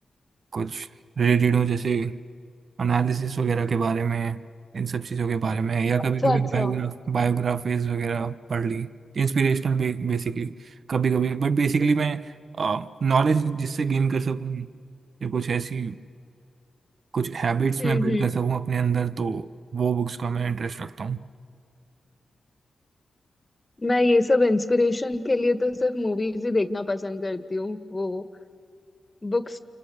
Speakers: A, on the right (about 70°); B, on the left (about 20°).
A: कुछ रिलेटेड हो जैसे एनालिसिस वगैरह के बारे में इन सब चीज़ों के बारे में या कभी
B: अच्छा
A: कभी
B: अच्छा
A: बायोग्राफ बायोग्राफीज वगैरह पढ़ ली इंस्पिरेशनल बेसिकली कभी कभी बट बेसिकली मैं नॉलेज जिससे गेन कर सकूँ या कुछ ऐसी कुछ हैबिट्स
B: हम्म
A: मैं बिल्ड
B: हम्म
A: कर सकूँ अपने अंदर तो वो बुक्स का मैं इंटरेस्ट रखता हूँ
B: मैं ये सब इंस्पिरेशन के लिए तो सिर्फ मूवीज ही देखना पसंद करती हूँ वो बुक्स